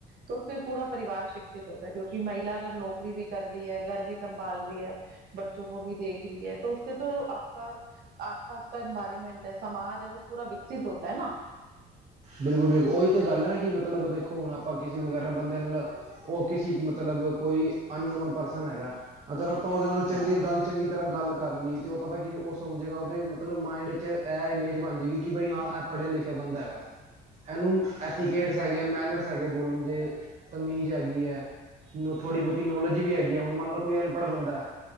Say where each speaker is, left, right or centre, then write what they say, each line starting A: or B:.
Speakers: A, on the right; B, on the right.
A: ਤੋ ਫਿਰ ਪੂਰਾ ਪਰਿਵਾਰ ਸ਼ਿਕਸ਼ਿਤ ਹੋਤਾ ਹੈ ਕਿਉਂਕਿ ਮਹਿਲਾ ਅਗਰ ਨੌਕਰੀ ਵੀ ਕਰ ਰਹੀ ਹੈ ਘਰ ਵੀ ਸੰਭਾਲ ਰਹੀ ਹੈ। ਬੱਚੋ ਕੋ ਵੀ ਦੇਖ ਰਹੀ ਹੈ ਤਾਂ ਉਸੇ। ਤੋ ਆਪਕਾ ਆਸ ਪਾਸ ਕ ਇਨਵਾਇਰਮੈਂਟ ਹੈ ਸਮਾਜ ਹੈ ਉਹ ਪੂਰਾ ਵਿਕਸਿਤ ਹੋਤਾ ਹੈ ਨਾ।
B: ਬਿਲਕੁਲ ਬਿਲਕੁਲ ਓਹੀ ਤੇ ਗੱਲ ਹੈ ਨਾ ਕਿ ਮਤਲਬ ਦੇਖੋ ਹੁਣ ਆਪਾਂ ਕਿਸੇ ਵਗੈਰਾ ਬੰਦੇ ਲਾ ਓਹ ਕਿਸੀ ਮਤਲਬ ਕੋਈ ਅਨਨੋਨ ਪਰਸਨ ਹੈਗਾ। ਅਗਰ ਅਪਾਂ ਉਦੇ ਨਾਲ ਚੰਗੇ ਗੱਲ ਚੰਗੀ ਤਰ੍ਹਾਂ ਗੱਲ ਕਰ ਲਈ ਤੇ ਓਹ ਪਤਾ ਕੀ ਔ ਸਮਝੇਗਾ ਓਹਦੇ ਮਤ ਮਤਲਬ ਮਾਇੰਡ ਚ ਐਹ ਇਮੇਜ ਬਣ ਜੇਗੀ ਕਿ ਬਈ ਹਾਂ ਐ ਪੜ੍ਹਿਆ ਲਿਖਿਆ ਬੰਦਾ ਹੇਗਾ। ਐਨੂੰ ਐਥੀਕੇਟਸ ਹੈਗੇ ਐ ਮੈਨਰਸ ਹੈਗੇ ਬੋਲਣ ਦੇ ਤਮੀਜ਼ ਹੈਗੀ ਐਂ। ਨੋ ਥੋੜੀ ਬੌਤੀ ਨੋਲੇਜ ਵੀ ਹੈਗੀ ਐਂ ਹੁਣ ਮੰਨ ਲੋ ਕੋਈ ਅਨਪੜ੍ਹ ਬੰਦਾ